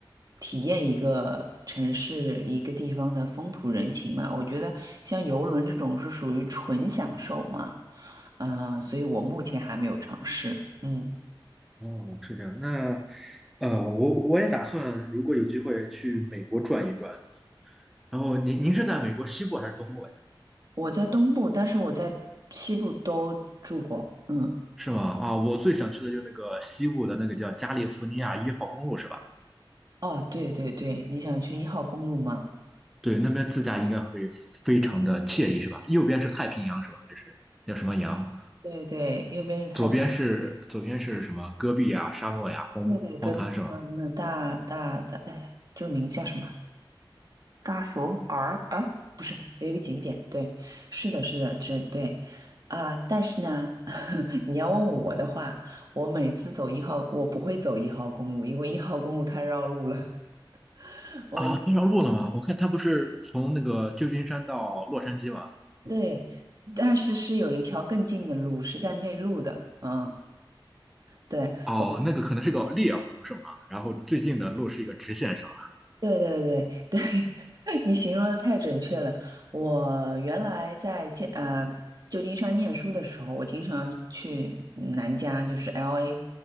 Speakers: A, on the right; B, in the centre.
A: 体验一个城市一个地方的风土人情嘛。我觉得像游轮这种是属于纯享受嘛，嗯，所以我目前还没有尝试，嗯。
B: 哦，是这样。那呃，我我也打算，如果有机会去美国转一转。然后您您是在美国西部还是东部呀？
A: 我在东部，但是我在西部都住过。嗯，
B: 是吗？啊，我最想去的就是那个西部的那个叫加利福尼亚一号公路，是吧？
A: 哦，对对对，你想去一号公路吗？
B: 对，那边自驾应该会非常的惬意，是吧？右边是太平洋，是吧？还是叫什么洋？
A: 对对，右边是太平，
B: 左边是左边是什么？戈壁啊、沙漠呀、荒荒滩是吧？
A: 对对，隔壁嗯，那大大大，哎，这个名叫什么？大索尔啊？不是，有一个景点，对，是的，是的，这对啊。但是呢，<laughs> 你要问我的话，我每次走一号，我不会走一号公路，因为一号公路太绕路了。<laughs> 我一
B: 啊，这条路了吗？我看它不是从那个旧金山到洛杉矶吗？
A: 对，但是是有一条更近的路，是在内陆的，嗯。对，
B: 哦，
A: 我，
B: 那个可能是个猎湖是吗？然后最近的路是一个直线上。
A: 对对对对，<laughs> 你形容的太准确了。我原来在建呃旧金山念书的时候，我经常去南加，就是 LA，